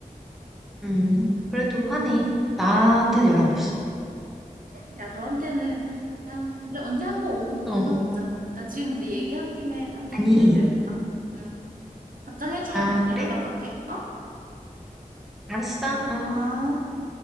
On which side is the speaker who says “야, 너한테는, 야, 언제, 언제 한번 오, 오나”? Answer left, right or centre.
Right